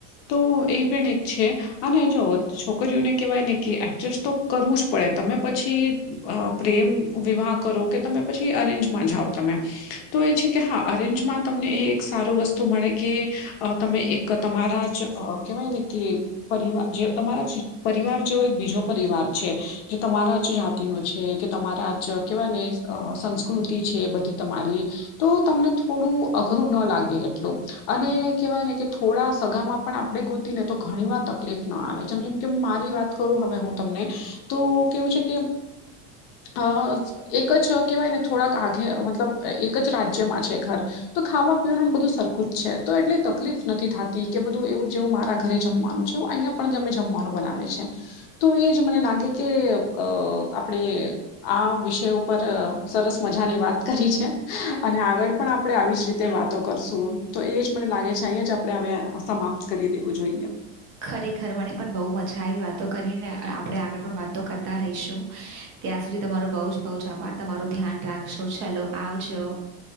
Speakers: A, on the left; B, on the right.
A: તો એ પણ એક છે અને જો છોકરીઓને કેહેવાય ને કે એડજસ્ટ તો કરવું જ પડે તમે પછી પ્રેમ વિવાહ કરો કે તમે પછી અરેન્જમાં જાઓ તમે તો એ છે કે હા અરેન્જમાં તમને એ એક સારું વસ્તુ મળે કે અ તમે એક તમારા જ કહેવાય ને કે પરિવાર જે તમારા પરિવાર જેવો એક બીજો પરિવાર છે જે તમારા જ જાતિનો છે કે તમારા જ કેવાય ને સંસ્કૃતિ છે એ બધી તમારી તો તમને થોડું અઘરું ના લાગે એટલું અને કવાય ને કે થોડા સગામાં પણ આપણે ગોતીને તો ઘણી વાર તકલીફ ના આવે જેમ જેમ કે મારી વાત કરું હવે હું તમને તો કેવું છે કે અ એક જ કેહેવાય ને થોડાક આગે મતલબ એક જ રાજ્યમાં છે ઘર તો ખાવા પીવાનું બધું સરખું જ છે તો એટલી તકલીફ નથી થતી કે બધું એવું જેવું મારા ઘરે જમવાનું છે અહિયાંયા પણ જમે જમવાનું બનાવે છે તો એ જ મને લાગે કે અ આપણે આ વિષયો પર સરસ મજાની વાત કરી છે અને આગળ પણ આપ આપણેે આવી જ રીતે વાતો કરશું તો એ જ મને લાગે છે અહીંયા જ આપણે હવે સમાપ્ત કરી દેવું જોઈએ
B: ખરેખર મને પણ બહુ મજા આવી વાતો કરીને આપણેે આગળ પણ વાતો કરતા રહીશું ત્યાં સુધી તમારું બઉ જ બઉ છ આપ તમારું ધ્યાન રાખશો ચાલો આવજો